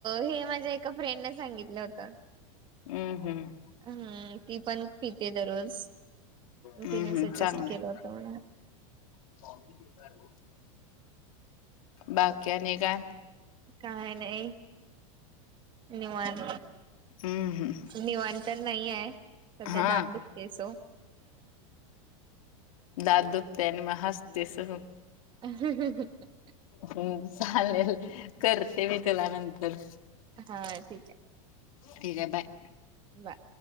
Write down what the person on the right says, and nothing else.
हे माझ्या एका फ्रेंडने सांगितलं होतं.
हम्म ती पण पिते दररोज,
तिने
सजेस्ट
केला होत मला.
काय नाही निवांत.
निवांत तर नाहीये, सध्या
दात दुखते सो.
<inaudible>
हा ठीक आहे
बाय.